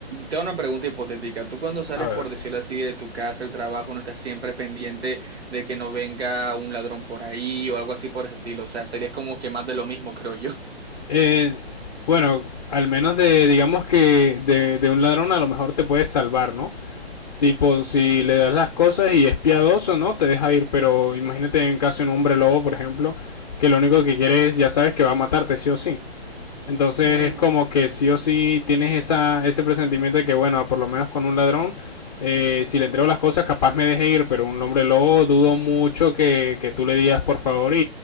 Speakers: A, on the right; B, on the left.
A: tengo una pregunta hipotética. Tú cuando sales,
B: a ver.
A: por decirlo así, de tu casa, el trabajo, no estás siempre pendiente de que no venga un ladrón por ahí o algo así por ese estilo. O sea, sería como que más de lo mismo, creo yo.
B: Eh, bueno, al menos de, digamos que de, de un ladrón a lo mejor te puedes salvar, ¿no? Tipo, si le das las cosas y es piadoso, ¿no? Te deja ir, pero imagínate en caso de un hombre lobo, por ejemplo, que lo único que quiere es, ya sabes que va a matarte, sí o sí. Entonces
A: <laughs>
B: es como que sí o sí tienes esa, ese presentimiento de que, bueno, por lo menos con un ladrón, eh, si le entrego las cosas, capaz me deje ir, pero un hombre lobo dudo mucho que, que tú le digas por favor y,